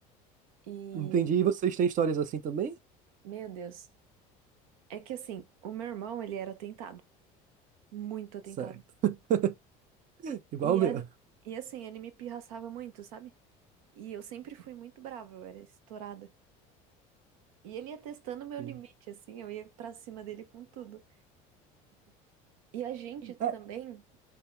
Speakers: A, on the right (about 85°); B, on the right (about 50°).
A: E,
B: Entendi. E vocês têm histórias assim também?
A: meu Deus, é que assim, o meu irmão, ele era atentado, muito atentado.
B: Certo. <laughs> Igual
A: E,
B: o meu.
A: é, e assim, ele me pirraçava muito, sabe? E eu sempre fui muito brava, eu era estourada. E ele ia testando meu
B: Hum.
A: limite, assim, eu ia pra cima dele com tudo. E a gente também.
B: É,